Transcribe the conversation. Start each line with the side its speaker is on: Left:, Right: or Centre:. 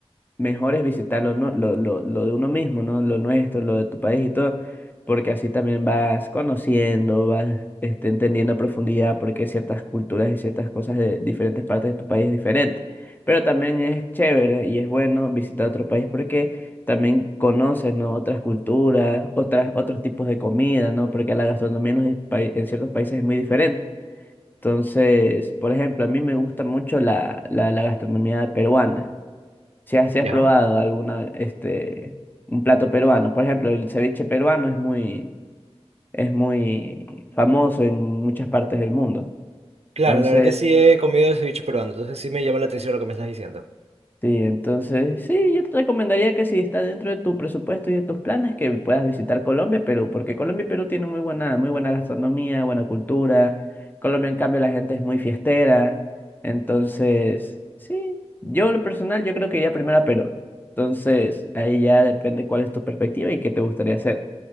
Left: mejor es visitar lo, no- lo, lo, lo de uno mismo, ¿no? Lo nuestro, lo de tu país y todo, porque así también vas conociendo, vas este, entendiendo a profundidad por qué ciertas culturas y ciertas cosas de diferentes partes de tu país es diferente. Pero también es chévere y es bueno visitar otro país porque también conoces, ¿no? Otras culturas, otras, otros tipos de comida, ¿no? Porque la gastronomía en, los di- pai- en ciertos países es muy diferente. Entonces, por ejemplo, a mí me gusta mucho la, la la gastronomía peruana. Si has, si
Right: Ya.
Left: has probado alguna, este, un plato peruano. Por ejemplo, el ceviche peruano es muy, es muy famoso en muchas partes del mundo.
Right: Claro,
Left: entonces
Right: la verdad que sí he comido ceviche peruano, entonces sí me llama la atención lo que me estás diciendo.
Left: Sí, entonces sí, yo te recomendaría que si está dentro de tu presupuesto y de tus planes, que puedas visitar Colombia, Perú, porque Colombia y Perú tienen muy buena, muy buena gastronomía, buena cultura. Colombia, en cambio, la gente es muy fiestera. Entonces, sí, yo en lo personal, yo creo que iría primero a Perú. Entonces, ahí ya depende cuál es tu perspectiva y qué te gustaría hacer.